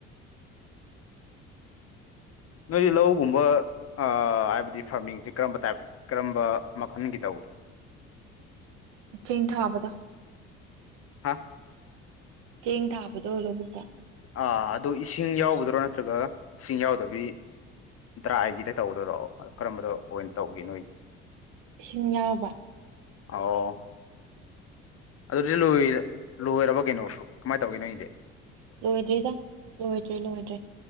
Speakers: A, on the left (about 45°); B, on the right (about 70°).
A: ꯅꯣꯏꯗꯤ ꯂꯧꯒꯨꯝꯕ ꯑꯥ ꯍꯥꯏꯕꯗꯤ ꯐꯥꯔꯃꯤꯡꯁꯤ ꯀꯔꯝꯕ ꯇꯥꯏꯞ ꯀꯔꯝꯕ ꯃꯈꯜꯒꯤ ꯇꯧꯒꯦ
B: ꯆꯦꯡ ꯊꯥꯕꯗꯣ
A: ꯍꯥ
B: ꯆꯦꯡ ꯊꯥꯕꯗꯣ ꯂꯧꯕꯨꯛꯇ
A: ꯑꯥ ꯑꯗꯨ ꯏꯁꯤꯡ ꯌꯥꯎꯒꯗ꯭ꯔꯣ ꯅꯠꯇ꯭ꯔꯒ ꯏꯁꯤꯡ ꯌꯥꯎꯗꯕꯤ ꯗ꯭ꯔꯥꯏꯒꯤꯗ ꯇꯧꯗꯣꯏꯔꯣ ꯀꯔꯝꯕꯗ ꯑꯣꯏꯅ ꯇꯧꯒꯦ ꯅꯣꯏꯗꯤ
B: ꯏꯁꯤꯡ ꯌꯥꯎꯕ
A: ꯑꯣ ꯑꯗꯨꯗꯤ ꯂꯣꯏꯔ ꯂꯣꯏꯔꯕꯣ ꯀꯩꯅꯣ ꯀꯃꯥꯏ ꯇꯧꯒꯦ ꯅꯪꯒꯤꯗꯤ
B: ꯂꯣꯏꯗ꯭ꯔꯤꯗ ꯂꯣꯏꯗ꯭ꯔꯤ ꯂꯣꯏꯗ꯭ꯔꯤ